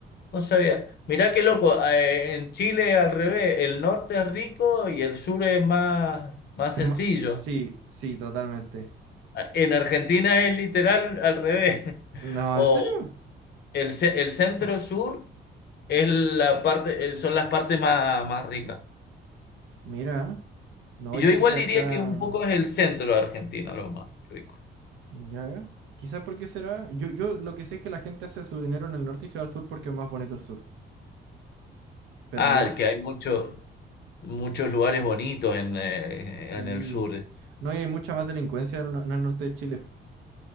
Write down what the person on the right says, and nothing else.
Es
más, sí, sí, totalmente.
No,
¿en serio?
Mira, no,
yo
sí que
acá.
Ya, quizá porque será. Yo, yo lo que sé es que la gente hace su dinero en el norte y se va al sur porque es más bonito el sur. Pero
ya s-
sí.
No y hay mucha más delincuencia en, el no- en el norte de Chile.